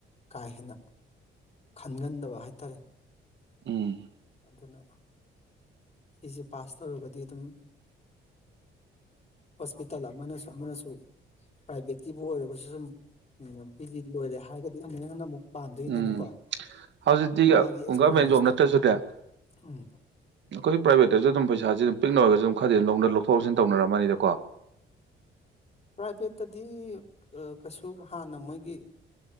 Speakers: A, on the left; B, on the right.
A: ꯀꯥ ꯍꯦꯟꯅ ꯈꯟꯒꯟꯗꯕ ꯍꯥꯏꯇꯥꯔꯦ
B: ꯎꯝ
A: ꯑꯗꯨꯅ ꯁꯤꯁꯦ ꯄꯥꯁ ꯇꯧꯔꯒꯗꯤ ꯑꯗꯨꯝ ꯍꯣꯁꯄꯤꯇꯥꯜ ꯑꯃꯅꯁꯨ ꯑꯃꯅꯁꯨ ꯄ꯭ꯔꯥꯏꯚꯦꯠꯀꯤꯕꯨ ꯑꯣꯏꯔꯒꯁꯨ ꯁꯨꯝ ꯄꯤ ꯗꯤ ꯂꯣꯏꯔꯦ ꯍꯥꯏꯔꯒꯗꯤ ꯍꯟꯅꯛ ꯍꯟꯅ ꯑꯃꯨꯛ ꯄꯥꯝꯗꯣꯏꯗꯅꯀꯣ
B: ꯎꯝ ꯍꯧꯖꯤꯛꯇꯤ ꯒꯚꯔꯃꯦꯟ
A: ꯃꯥꯒꯤ ꯑꯦꯛꯁꯄꯔꯤꯌꯦꯟꯁꯇꯣ
B: ꯖꯣꯕ ꯅꯠꯇ꯭ꯔꯁꯨꯅꯦ
A: ꯎꯝ
B: ꯑꯩꯈꯣꯏ ꯄꯥꯏꯚꯦꯠꯇꯁꯨ ꯑꯗꯨꯝ ꯄꯩꯁꯥ ꯑꯗꯨꯝ ꯄꯤꯛꯅ ꯑꯣꯏꯔꯒꯁꯨ ꯑꯗꯨꯝ ꯈꯗꯤ ꯂꯧꯊꯣꯛ ꯂꯧꯁꯤꯟ ꯇꯧꯅꯔꯝꯃꯅꯤꯗꯀꯣ
A: ꯄ꯭ꯔꯥꯏꯚꯦꯠꯇꯗꯤ ꯀꯩꯁꯨ ꯍꯥꯟꯅ ꯃꯣꯏꯒꯤ